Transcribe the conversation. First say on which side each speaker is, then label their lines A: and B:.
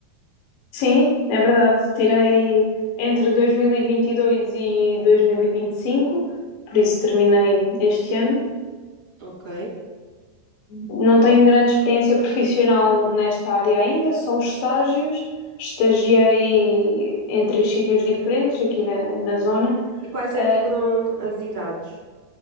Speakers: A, on the left; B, on the right.
A: Sim, é verdade. Tirei entre 2022 e 2025, por isso terminei este ano.
B: Ok.
A: Não tenho grande experiência profissional nesta área ainda, só os estágios. Estagiei em três sítios diferentes aqui na, na zona,
B: E quais
A: ah,
B: é que foram as idades?